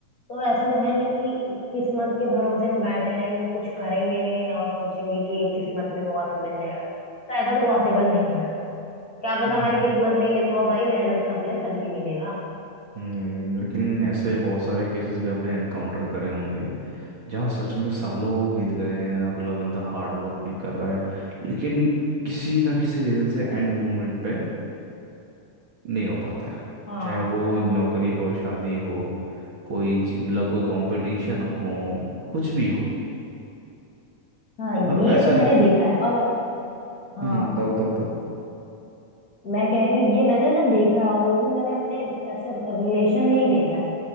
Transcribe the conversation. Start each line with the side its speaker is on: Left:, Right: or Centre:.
Left: तो ऐसा तो है नहीं कि किस्मत के भरोसे हम बैठे रहेंगे कुछ करेंगे नहीं और सोचेंगे कि ये किस्मत में हुआ तो मिल जाएगा तो ऐसा तो पॉसिबल नहीं है ना क्या पता
Right: हम्म
Left: हमारी किस्मत में ही लिखा हो भाई मेहनत कर ले तभी मिलेगा
Right: हम्म, लेकिन ऐसे बहुत सारे केसेस भी आपने एनकाउंटर करे होंगे जहाँ सच में सालों बीत गए हैं अगला बंदा हार्ड वर्क भी कर रहा है लेकिन किसी ना किसी रीजन से एंड मोमेंट पे नहीं हो पाता है
Left: हाँ
Right: चाहे वो नौकरी हो शादी हो कोई ज- मतलब कोई कंपटीशन हो कुछ भी हो
Left: हाँ ये
Right: मतलब ऐसे
Left: तो मैंने
Right: ल-
Left: देखा है और हाँ
Right: हम्म बताओ बताओ बताओ
Left: मैं कह रही हूँ ये मैंने ना देखा है और वो भी मैंने अपने ऐसे रिलेशन में ही देखा है